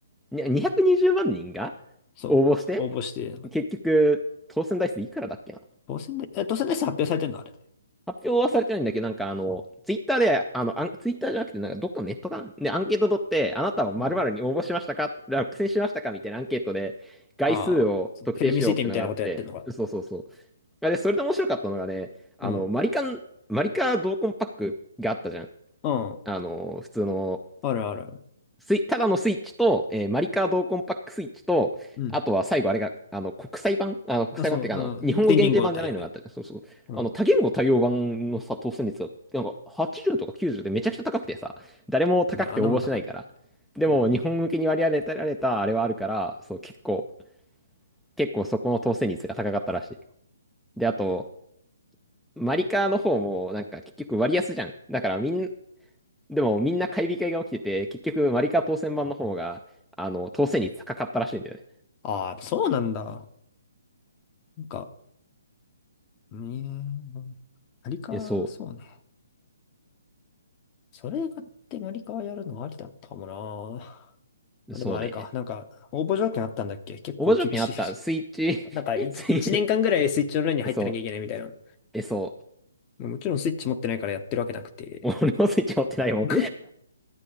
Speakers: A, in the centre; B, on the left (about 25°).
A: に220万人が
B: そう、
A: 応募して、
B: 応募して、なんか
A: 結局、当選台数いくらだっけな
B: 当選で、え、当選で発表されてんのあれ。
A: 発表はされてないんだけど、なんかあの、ツイッターで、あの、あん、ツイッターじゃなくて、なんかどっかのネットかなで、アンケート取って、あなたは〇〇に応募しましたか落選しましたかみたいなアンケートで、
B: うん。
A: 概数を特定しようってのがあって、
B: ああ、そうフェルミ推定みたいなことやってんのか。
A: そうそうそう。あで、それで面白かったのがね、あの、
B: うん。
A: マリカン、マリカ同梱パックがあったじゃん。
B: うん。
A: あの、普通の
B: あるあるある。
A: スイ、ただのスイッチと、えーマリカードコンパックスイッチと、
B: うん。
A: あとは最後あれが、あの、国際版あの、国際版っていうか、
B: あ、そう、あの、
A: あの、日本語限定版じゃないのがあったじゃん。
B: 電源号対応ね。
A: そうそう。
B: うん。
A: あの、多言語対応版のさ、当選率が、なんか80とか90でめちゃくちゃ高くてさ、誰も高くて応募しないから。
B: ねあんなもんだから
A: でも、
B: うん。
A: 日本向けに割り当てられたあれはあるから、
B: あ
A: そう、結構、結構そこの当選率が高かったらしい。で、あと、マリカーの方も、なんか結局割安じゃん。だからみんな、でもみんな買い控えが起きてて、結局マリカ当選版の方が、あの、当選率高かったらしいんだよね。
B: あ、ああそうなんだ。なんか、ねえ、ありか、
A: え、そ
B: そうね。それ買ってマリカはやるのありだったかもな。
A: う、
B: まあでもあれか、
A: そうね。
B: なんか応募条件あったんだっけ結構厳しい。
A: 応募条件あったスイッチ、
B: なんか1、
A: <laughs> スイ
B: 一年間ぐらいスイッチオンラインに入ってなきゃいけないみたいな。
A: え、そう、え、そ
B: まあもちろんスイッチ持ってないからやってるわけなくて。
A: う。俺もスイッチ持ってないもん。
B: <laughs>